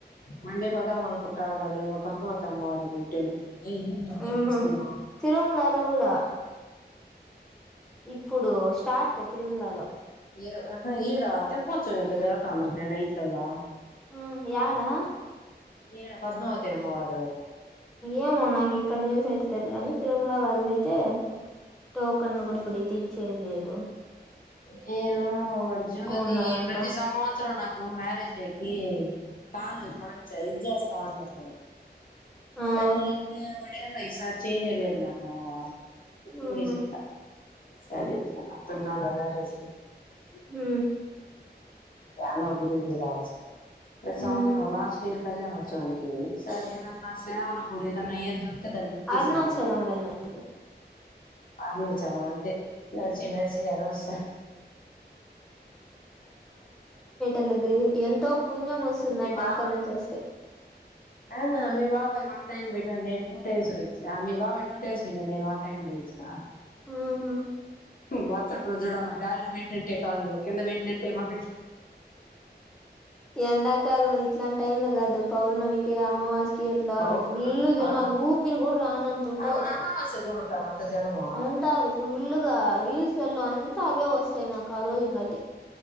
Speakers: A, on the left; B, in the centre.
A: మండే పోదామ అనుకుంటా ఉడి నేను కూడ పద్మవతి అమ్మవారు టెంపుల్ ఇనింగ్
B: ఆహా
A: ఎ స్కూల్
B: తిరుమలలో కూడా ఇప్పుడు స్టార్ట్ తిరుమలలో
A: ఏ ఈడా తెప్ప వచ్చ ఏద జాతర అన్నారు నైట్లలో
B: ఆ యాడా
A: ఈ డ పద్మావతి అమ్మవారి
B: ఏమో నాక ఇక్కడ నిన్వస్ అయితుగాని త ఇలా వాళ్ళ అయితే టోకన్లు కూడా ఇప్పుడయితే ఇచ్చేయలేడ
A: నేను వాడు జ్యోతి
B: ఉన్నారంట
A: ప్రతి సంవత్సరం నాకు మ్యారేజ్ డేకిి కాను ఇది చేస్తా ఉండాడు
B: ఆహా
A: కానీ ఇప్పుడ ఒడంది ఈయిసారి చేయనే లేదు నాకు ఇప్పుడు
B: ఉహు
A: నుంచె చెప్తా సురే తను రాలా మ్యారేజ్ కి
B: హు
A: ఎన గుడింతె రాజ్ ప్రతి
B: ఉమ్
A: సంవత్సరం లాస్ట్ ఇయర్ కళ్యాణోత్సవానికి సర ఏదన్నా సేవలకు కూడ ఏదన్నా ఎద్దు దాన్ని బుక్
B: అరుణాచలం
A: చేసామని చెప్ప
B: వెళ్ళండి
A: అరుణ చరల్ నడిచి నడిచ ఆరోోజ్
B: ఇ గ ఎంతో పుణ్యం వస్తుందంటే
A: బాబాయ్
B: అక్కడి నుంచి వస్తే
A: ఆ మీ బాబాయ్ వన్ టైమ్ పిలవండి నేను టూ టైమ్స్ వచ్చా మీ బాబా్ టూ టైమ్ లైన్న నేను వన్ టైమ్ వచ్చినా
B: ఊహు
A: మరుసరి రోజు గాల్లో పెట్నట్టే కాల్లో కింద పెట్టినట్టే మన
B: ఎండాకాలం ఇట్లాంటి టైం లో కాదు పౌర్ణమికి అమావాస్ యకి అట్లా
A: అవును
B: ఫుల్ జనాలు
A: ఆ
B: ఊపిరి కూడ రానతుంటారు
A: అవును అమావాస్యకు కూడా ఉంటారు అంత జనము
B: ఉంటారు ఫుల్గా రీల్స్ వలో అంతా అవే వస్తాయి నాకు ఆ రోజు ఇంగటి